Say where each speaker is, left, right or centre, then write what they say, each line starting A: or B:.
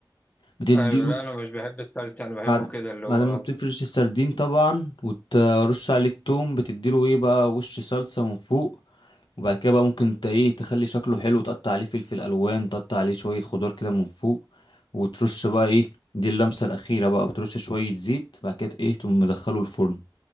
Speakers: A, on the left; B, on the left.
A: بتديله
B: ايوه لا انا مش بحب السلطه انا بحبه
A: بعد
B: كده اللي
A: بعد
B: هو
A: ما بتفرش السردين طبعا وترش عليه التوم بتديله ايه بقى وش صلصه من فوق وبعد كده بقى ممكن انت ايه تخلي شكله حلو تقطع عليه فلفل الوان تقطع عليه شويه خضار كده من فوق وترش بقى ايه دي اللمسه الاخيره بقى بترش شويه زيت بعد كده ايه تقوم مدخله الفرن